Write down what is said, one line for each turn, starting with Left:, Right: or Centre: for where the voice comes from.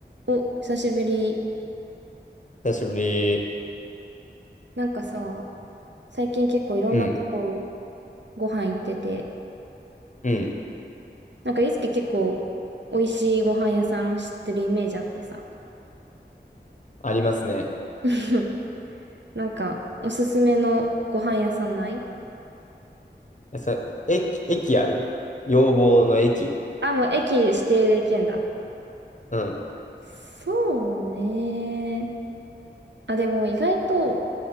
Right: お、久しぶり。
Left: 久しぶり。
Right: なんかさ、最近結構いろんなとこ
Left: うん、
Right: ご飯行ってて、
Left: うん。
Right: なんかゆうすけ結構美味しいご飯屋さん知ってるイメージあってさ。
Left: ありますね。
Right: <laughs> なんかおすすめのご飯屋さんない
Left: え、それ、駅、駅ある要望の駅。
Right: あ、もう駅指定で行けんだ。
Left: うん。
Right: そうね。あ、でも意外と